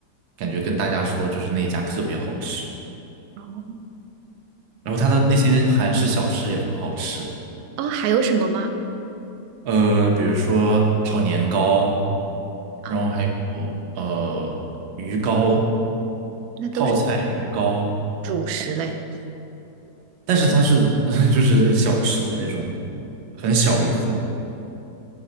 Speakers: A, on the right; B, on the right.
A: 感觉跟大家说，就是那一家特别好吃，
B: 哦，
A: 然后它的那些韩式小吃也很好吃。
B: 哦，还有什么吗？
A: 呃，比如说炒年糕，
B: 啊，
A: 然后还有呃鱼糕、
B: 那都是
A: 泡菜鱼糕，
B: 主食类。
A: 但是它是 <laughs> 就是小吃的那种，很小一份。